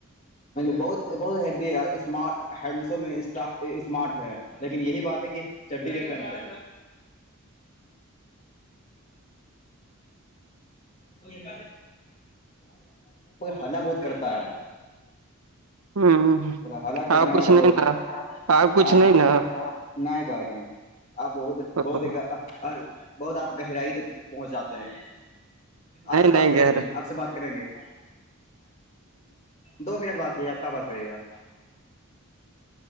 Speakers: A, on the left; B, on the right.
A: بہت بہت ہیی ہےینڈ اسمارٹ ہے لیکن یہی بات ہے کہ چڈی رے پہمتے <inaudible> یہ حلا بہت کرتا ہے
B: ہ
A: حلا کرنے
B: آپ
A: والے
B: کچھ نہیں
A: بہتاں
B: نا آپ کچھ نہیں نا
A: نہیں بائی نہیں آپ بہت
B: نہیں
A: بہت ایک بہت آپ گہرائی تک پہنچ جاتے ہیں آپ سے بات
B: نہیں
A: کریں
B: گہرا
A: گے آپ سے بات کریں گے دو منٹ بات ہے آپ کا بات کرے گا